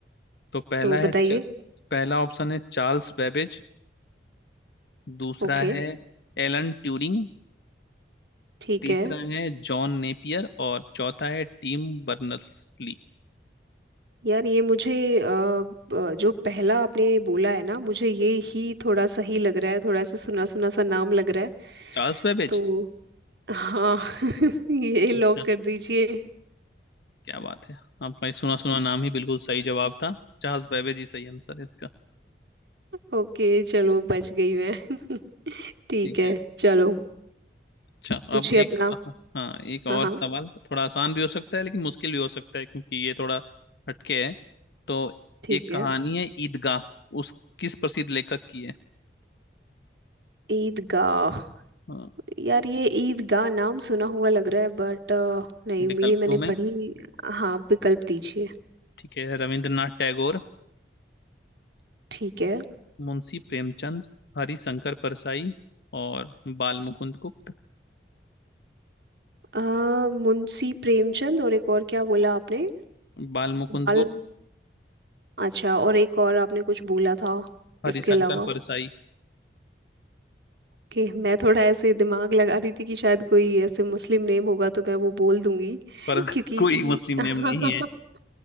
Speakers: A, on the left; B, on the right.
A: तो पहला
B: तो बताइए
A: है च, पहला ऑप्शन है चार्ल्स बेबेज दूसरा
B: ओके
A: है एलन ट्यूरिंग
B: ठीक
A: तीसरा
B: है
A: है जॉन नेपियर और चौथा है Tim Berners Lee
B: यार ये मुझे अ, अ, जो पहला आपने बोला है ना मुझे ये ही थोड़ा सा ही लग रहा है थोड़ा सा सुना सुना सा नाम लग रहा है
A: Charles Babbage
B: तो हाँ <laughs> ये लॉक
A: अच्छा
B: कर दीजिए
A: क्या बात है आपका ये सुना सुना नाम ही बिल्कुल सही जवाब था चार्ल्स बेबेज ही सही आंसर है इसका
B: ओके चलो बच गई मैं <laughs> ठीक
A: ठीक
B: है
A: है
B: चलो
A: अच्छा
B: पूछिए
A: अब
B: अपना
A: एक हाँ एक और
B: हाँ हाँ
A: सवाल थोड़ा आसान भी हो सकता है लेकिन मुश्किल भी हो सकता है क्योंकि ये थोड़ा हटके है तो
B: ठीक
A: एक कहानी
B: है
A: है ईदगाह उस किस प्रसिद्ध लेखक की है
B: ईदगाह
A: हाँ,
B: यार ये ईदगाह नाम सुना हुआ लग रहा है बट नहीं
A: विकल्प
B: ये मैंने
A: दो मैं
B: पढ़ी हाँ विकल्प दीजिए
A: ठीक है रविंद्रनाथ टैगोर
B: ठीक है
A: मुंशी प्रेमचंद हरिशंकर परसाई और बाल मुकुंद गुप्त
B: अ, मुंशी प्रेमचंद और एक और क्या बोला आपने
A: बाल मुकुंद
B: बाल
A: गुप्त
B: अच्छा और एक और आपने कुछ बोला था
A: हरिशंकर
B: इसके अलावा
A: परसाई
B: कि मैं थोड़ा ऐसे दिमाग लगा रही थी कि शायद कोई ऐसे मुस्लिम नेम होगा तो मैं वो बोल दूंगी
A: पर
B: <laughs> क्योंकि
A: कोई
B: ई-
A: मुस्लिम
B: <laughs>
A: नेम नहीं है